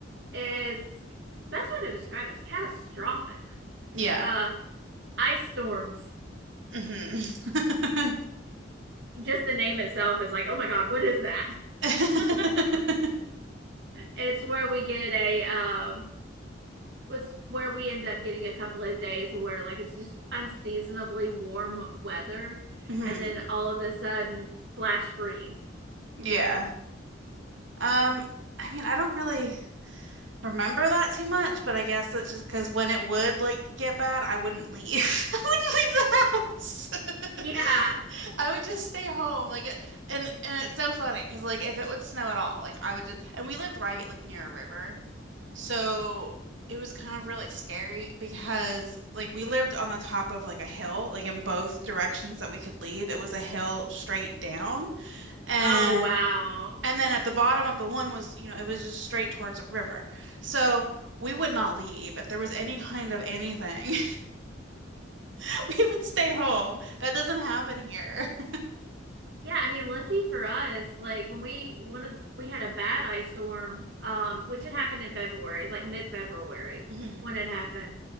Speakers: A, on the right (about 65°); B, on the right (about 80°).
A: is best way to describe it is catastrophic.
B: Yeah.
A: Uh ice storms.
B: hmm <laughs>
A: Just the name itself is like, "Oh my god, what is that?"
B: <laughs>
A: <laughs> it's where we get a um was where we end up getting a couple of days where like it's just unseasonably warm weather
B: hmm
A: and then all of a sudden flash freeze.
B: Yeah. Um, I mean, I don't really remember that too much, but I guess that's just because when it would like get bad, I wouldn't leave. <laughs> I wouldn't leave the house.
A: <laughs> Yeah.
B: <laughs> I would just stay home. Like, it- and and it's so funny because like if it would snow at all, like I would just and we lived right like near a river, so it was kind of really scary because like we lived on the top of like a hill, like in both directions that we could leave. It was a hill straight down. And
A: Oh wow.
B: and then
A: <laughs>
B: at the bottom of the one was, you know, it was just straight towards a river. So we would not leave. If there was any kind of anything, <laughs> we would stay home. That doesn't happen here. <laughs>
A: Yeah, I mean, lucky for us, like when we one of we had a bad ice storm, um, which had happened in February, it's like mid-February
B: Mhm.
A: when it happened.